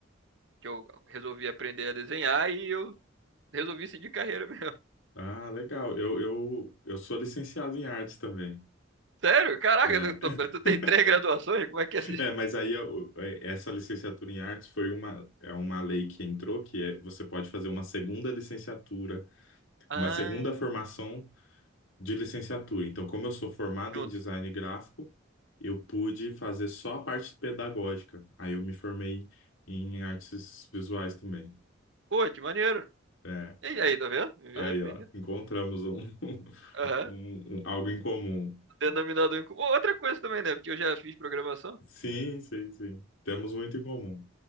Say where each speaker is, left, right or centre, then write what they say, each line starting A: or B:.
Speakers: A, on the right (about 65°); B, on the left (about 85°).
A: que eu resolvi aprender a desenhar e eu resolvi seguir carreira <laughs> mesmo.
B: Ah, legal. Eu, eu, eu sou licenciado em artes também.
A: Sério? Caraca,
B: É.
A: tu,
B: <laughs>
A: tu tem três graduações? Como é que é assim?
B: É, mas aí eu- é, essa licenciatura em artes foi uma, é uma lei que entrou, que é, você pode fazer uma segunda licenciatura,
A: Ah,
B: uma segunda formação de licenciatura. Então, como eu sou formado
A: junto.
B: em design gráfico, eu pude fazer só a parte pedagógica. Aí eu me formei em artes visuais também.
A: Pô, que maneiro.
B: É,
A: E aí, tá vendo? Vivendo
B: aí,
A: e aprendendo.
B: ó, encontramos um, <laughs>
A: Aham.
B: um- um- algo em comum.
A: Denominador em comum. Outra coisa também, né? Porque eu já fiz programação.
B: Sim, sim, sim. Temos muito em comum.